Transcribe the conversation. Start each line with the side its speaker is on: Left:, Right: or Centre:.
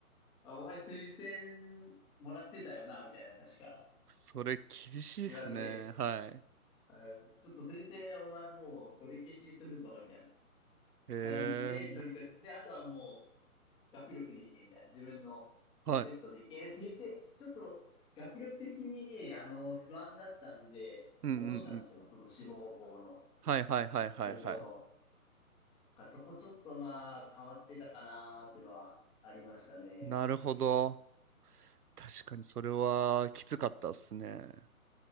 Centre: あお前推薦もらってたよな、みたいな、確か
Right: それ厳しいっすね。
Centre: 言われて、
Right: はい。
Centre: うんちょっと推薦お前もう取り消しするぞ、みたいな。
Right: へえ。
Centre: 感じで取り返し、で、あとはもう学力でいけみたいな、自分のそうテストでいけって言って、
Right: はい。
Centre: ちょっと学力的に、あの、不安だったんで、
Right: うんうんうん。
Centre: 落としたんですよ、その志望校の、
Right: はいはいはいはいはい。
Centre: 高校の。だからそこちょっとまあ変わってたかなーっていうのはありましたね。
Right: なるほど。確かにそれはきつかったっすね。